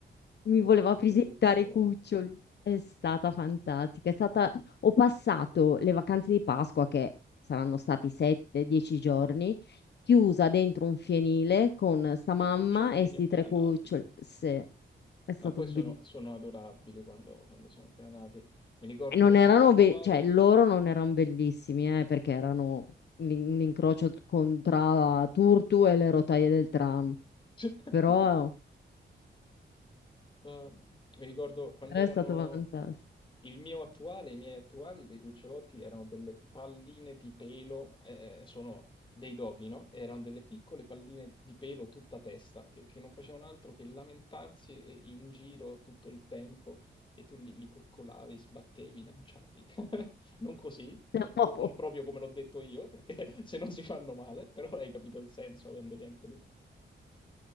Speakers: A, on the left (about 60°); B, on the left (about 25°).
A: mi
B: Che
A: voleva
B: cucciola.
A: presentare i cuccioli. È stata fantastica. È stata... Ho passato le vacanze di Pasqua, che saranno stati 7-10 giorni, chiusa dentro un fienile con sta mamma
B: I cucciolini
A: e sti
B: appena
A: tre cuccioli.
B: nati.
A: Sì, è stato
B: Ma poi
A: bellissimo.
B: sono, sono adorabili quando, quando sono appena nati. Mi ricordo
A: Non
B: il
A: erano
B: mio attuale.
A: be- cioè loro non erano bellissimi, eh, perché erano un un incrocio con- tra Turtu e le rotaie del tram,
B: <laughs>
A: però
B: Eh, mi ricordo quando
A: era
B: erano
A: stato fantastico.
B: il mio attuale, i miei attuali dei cucciolotti erano delle palline di pelo, eh, eh, sono dei doghi, no? Erano delle piccole palline di pelo tutta testa che, che non facevano altro che lamentarsi e- in giro tutto il tempo e tu li, li coccolavi, sbattevi, lanciavi. <laughs> Non così,
A: <laughs>
B: eh, no-
A: No,
B: non proprio come l'ho detto io, perché <laughs> se no si fanno male, però hai capito il senso avendoli anche tu.